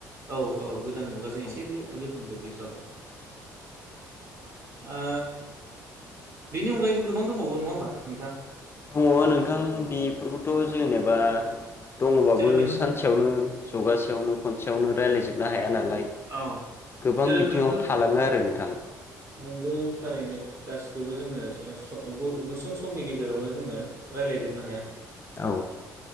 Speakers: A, on the right; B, on the left.
A: औ औ गोदान मुगाजों
B: औ
A: एसे गो गोहोम गोग्लैफाबा ओ बिनि अनगायैबो गोबां दंबावो। नङा होमबा नोंथाङा?
B: दङ नोंथां बेफोरखोथ' जेनेबा दङबाबो
A: जेरै मैहुर
B: सानसेयावनो जगासेयावनो खनसेयावनो रायलायजोब ना हाया नालाय
A: औ
B: गोबां
A: जेरै
B: बिथिङाव
A: मैहुर
B: थालाङो आरो नोंथां।
A: नोंगौ थारैनो गासिखोबो जोङो <unintelligible> गुसुं समनि गेजेरावनो जोङो रायलायजोबनो हाया।
B: औ